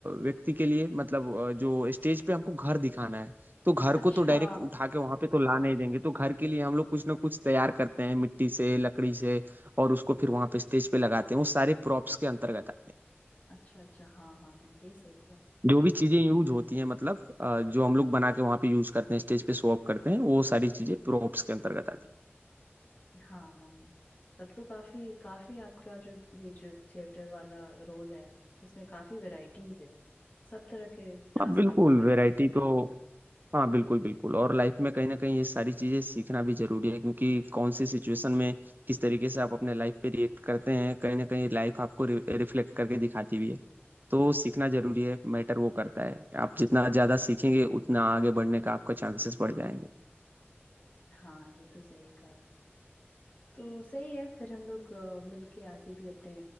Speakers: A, on the right (about 45°); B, on the left (about 40°).
A: व्यक्ति के लिए मतलब अ, जो स्टेज पे हमको घर दिखाना है तो घर
B: अच्छा
A: को तो डायरेक्ट उठा के वहां पे तो ला नहीं देंगे तो घर के लिए हम लोग कुछ ना कुछ तैयार करते हैं मिट्टी से लकड़ी से और उसको फिर वहां पे स्टेज पे लगाते हैं वो सारे प्रॉप्स के अंतर्गत आते हैं
B: अच्छा अच्छा हाँ हाँ हाँ ये सही कहा
A: जो भी चीजें यूज होती हैं मतलब अ, जो हम लोग बना के वहां पे यूज करते हैं स्टेज पे शो ऑफ करते हैं वो सारी चीजें प्रॉप्स के अंतर्गत आती हैं
B: हाँ हाँ हाँ तब तो काफी काफी आपका जो ये जो थिएटर वाला रोल है इसमें काफी वैरायटीज है सब तरह के टास्क
A: हाँ बिल्कुल
B: आपको करने
A: वैरायटी
B: पड़ते
A: तो
B: होंगे
A: हाँ बिल्कुल बिल्कुल और लाइफ में कहीं ना कहीं ये सारी चीज़ें सीखना भी जरूरी है क्योंकि कौन सी सिचुएशन में किस तरीके से आप अपने लाइफ पे रिएक्ट करते हैं कहीं ना कहीं लाइफ आपको रिफ्लेक्ट करके दिखाती भी है तो सीखना जरूरी है मैटर वो करता है आप जितना ज़्यादा सीखेंगे उतना आगे बढ़ने का आपका चांसेस बढ़ जाएंगे
B: हाँ ये तो सही कहा तो सही है फिर हम लोग अ, मिलके आगे भी अपने